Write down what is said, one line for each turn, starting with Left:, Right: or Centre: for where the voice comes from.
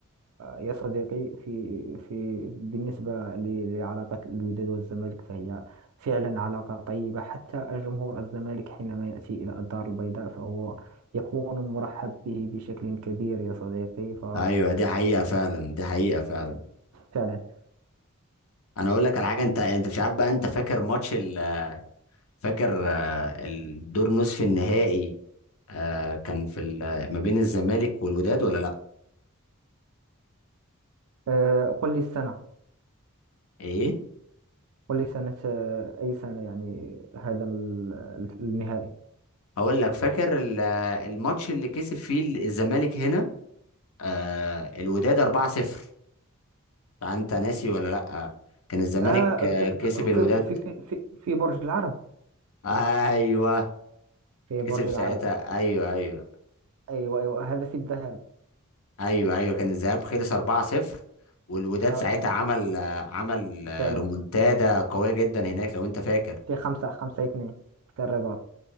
Right: يا صديقي في في بالنسبة ل- لعلاقة الوداد والزمالك فهي فعلا علاقة طيبة حتى الجمهور الزمالك حينما يأتي إلى الدار البيضاء فهو يكون مرحب به بشكل كبير يا صديقي ف
Left: ايوه دي حقيقه فعلا دي حقيقه فعلا
Right: فعلا
Left: انا اقول لك على حاجه انت انت مش عارف بقى انت فاكر ماتش ال فاكر آه، الدور نصف النهائي آه، كان في ال- ما بين الزمالك والوداد ولا لا
Right: أه، قل لي السنة
Left: ايه
Right: قل لي سنة أه، أي سنة يعني هذا ال- النهائي
Left: هقول لك فاكر ال- الماتش اللي كسب فيه الزمالك هنا آه الوداد 4-0 فانت ناسي ولا لا كان الزمالك
Right: آه
Left: آه،
Right: في
Left: كسب
Right: في
Left: الوداد
Right: في في في في برج العرب
Left: ايوه
Right: في
Left: كسب
Right: برج العرب
Left: ساعتها ايوه ايوه
Right: أيوة أيوة هذا في الذهاب
Left: ايوه ايوه كان الذهاب خلص 4-0 والوداد
Right: آه، آه،
Left: ساعتها عمل
Right: آه،
Left: آه، عمل آه،
Right: فعلا
Left: رومونتادا قويه جدا هناك لو انت فاكر
Right: في خمسة خمسة اثنين في الرباط